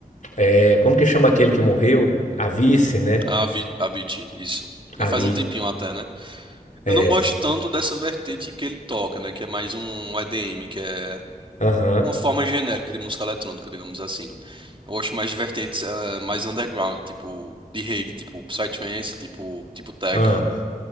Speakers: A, on the left; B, on the right.
A: é, como que chama aquele que morreu? A né?
B: A Avi- Avicii, isso. Já
A: A
B: faz um tempinho até, né?
A: É.
B: Eu não gosto tanto dessa vertente que ele toca, né? Que é mais um EDM, que é
A: Aham.
B: uma forma genérica de música eletrônica, digamos assim. Eu acho mais de vertentes eh, mais underground, tipo de rave, tipo psytrance, tipo tipo techno.
A: Ah,